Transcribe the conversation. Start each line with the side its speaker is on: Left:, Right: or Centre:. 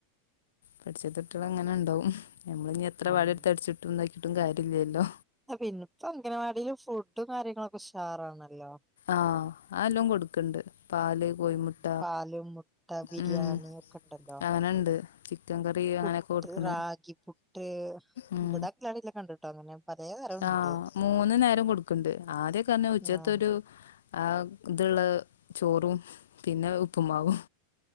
Left: പഠിച്ചാത്ത കുട്ടികൾ അങ്ങനെ ഉണ്ടാവും നമ്മള് ഇനി എത്ര
Centre: ഉം
Left: വടി എടുത്ത് അടിച്ചിട്ടും ഇതാക്കിട്ടും കാര്യല്ലല്ലോ
Centre: ആഹ് പിന്ന ഇപ്പോ അംഗനവാടിലും ഫുഡും കാര്യങ്ങളൊക്കെ ഉഷാറാണല്ലോ
Left: ആഹ് അത് എല്ലാം കൊടുക്കണ്ട് പാല് കോഴിമുട്ട
Centre: ഉം പാലും മുട്ട ബിരിയാണി
Left: ഉം
Centre: ഒക്കെ ഉണ്ടല്ലോ
Left: അങ്ങനെണ്ട് ചിക്കൻ കറി
Centre: പുട്ട്
Left: അങ്ങനെയൊക്കെ കൊടുക്കണ
Centre: റാഗി പുട്ട്
Left: ഉം
Centre: ഇവിട <unintelligible> കണ്ടിട്ടോ അങ്ങനെ പലതരം
Left: ആഹ്
Centre: ഉണ്ട്
Left: മൂന്ന് നേരം കൊടുക്കണ്ട് ആദ്യക്കർഞ്ഞ ഉച്ചത്തൊരു
Centre: ആഹ്
Left: ആഹ് ഇതുള്ള ചോറും പിന്നെ ഉപ്പുമാവും